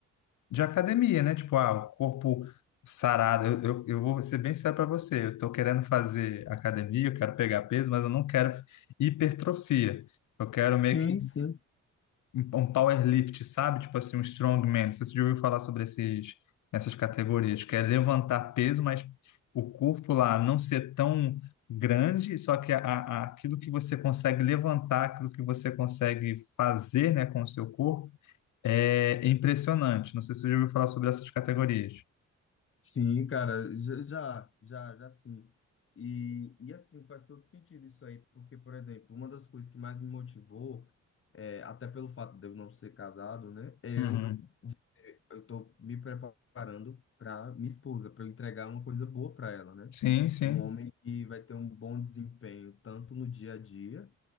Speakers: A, on the left (about 80°); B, on the left (about 45°).
A: de academia, né? Tipo, ah, o corpo sarado. Eu, eu, eu vou ser bem sério para você. Eu tô querendo fazer academia, eu quero pegar peso, mas eu não quero hipertrofia. Eu quero meio
B: Sim,
A: que
B: sim.
A: um um powerlift, sabe? Tipo assim, um strongman. Não sei se você já ouviu falar sobre esses, essas categorias, que é levantar peso, mas o corpo lá não ser tão grande, só que a, a- aquilo que você consegue levantar, aquilo que você consegue fazer, né, com o seu corpo é impressionante. Não sei se você já ouviu falar sobre essas categorias.
B: Sim, cara, já, já, já, já sim. E, e assim, faz todo sentido isso aí, porque, por exemplo, uma das coisas que mais me motivou, é, até pelo fato de eu não ser casado, né, é
A: Uhum.
B: eu, eu tô me preparando para minha esposa, para eu entregar uma coisa boa para ela, né?
A: Sim, sim,
B: Um homem que vai ter um bom desempenho, tanto no dia a dia,